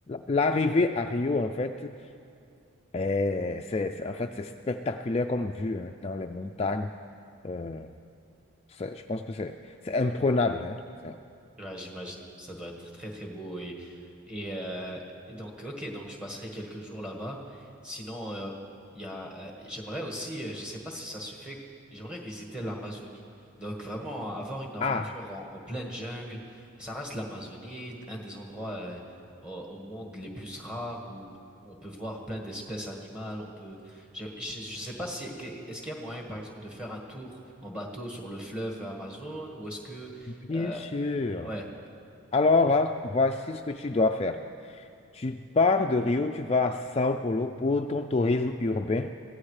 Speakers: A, on the left; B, in the centre.
A: l'arrivée à Rio, en fait, et c'est, c'est- en fait, c'est spectaculaire comme vue hein, dans les montagnes. Euh, c'est- je pense que c'est c'est imprenable. hein. C'est-
B: Ouais, j'imagine, ça doit être très très beau et et, euh, et donc ok donc je passerai quelques jours là-bas. Sinon euh, il y a euh, j'aimerais aussi euh, je sais pas si ça se fait j'aimerais visiter l'Amazonie. Donc vraiment avoir une aventure
A: Ah,
B: en, en pleine jungle, ça reste l'Amazonie, un des endroits euh, au, au monde les plus rares où on peut voir plein d'espèces animales, on peut je, je, je sais pas si que- est-ce qu'il y a moyen par exemple de faire un tour en bateau sur le fleuve Amazon ou est-ce que
A: bien
B: euh,
A: sûr.
B: ouais
A: Alors là, voici ce que tu dois faire. Tu pars de Rio, tu vas à Sao Paulo pour ton tourisme urbain.